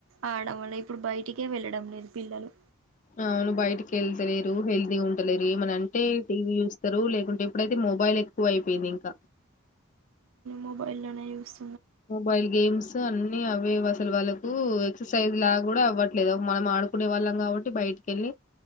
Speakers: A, on the right; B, on the left.
A: ఆడడం వల్ల ఇప్పుడు బయటికే వెళ్ళడం లేదు పిల్లలు.
B: అవును బయటికి వెళ్తలేరు హెల్తీగా ఉంటలేరు ఏమన అంటే టీవీ చూస్తారు లేకుంటే ఇప్పుడైతే మొబైల్ ఎక్కువ అయిపోయింది ఇంకా.
A: మొబైల్లోనే యూస్
B: మొబైల్ గేమ్స్ సొ అన్ని అవేవి అసలు వాళ్ళకు ఎక్సర్సైజ్ లా కూడా అవ్వట్లేదు మనం ఆడుకునే వాళ్ళం కాబట్టి బయటికి ఏళ్ళి